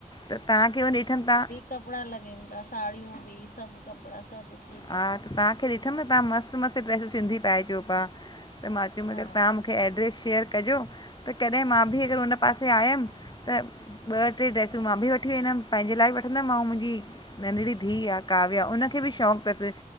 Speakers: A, on the left; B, on the left.
A: त तव्हांखे हू ॾिठन तां
B: कपड़ा लॻन था साड़ियूं भी सब कपड़ा सब कु
A: हा त तां खे ॾिठम न तव्हां मस्त मस्त ड्रेस सिंधी पाइजो पिया त मां चयम
B: हा
A: अगर तां मुंखे एड्रेस शेयर कजो त कॾहिं मां भी अगर हुन पासे आयम त ॿ टे ड्रैसूं मां बि वठी वेंदम पंहिंजे लाए बि वठंदम ऐं मुंहिंजी नंढड़ी धीअ आ काव्या उनखे बि शौक़ थस